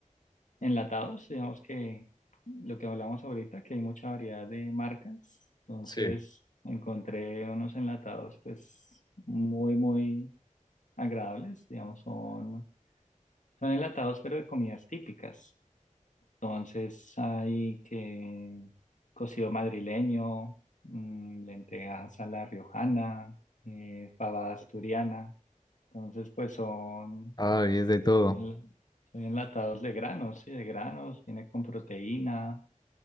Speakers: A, on the left; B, on the left.
A: enlatados, digamos que lo que hablamos ahorita, que hay mucha variedad de marcas. Entonces,
B: sí.
A: encontré unos enlatados, pues muy, muy agradables, digamos, son, son enlatados, pero de comidas típicas. Entonces hay que cocido madrileño, mm, lentejas a la riojana, eh, fabada asturiana. Entonces, pues son,
B: Ay, es de todo.
A: son enlatados de granos, sí, de granos, viene con proteína.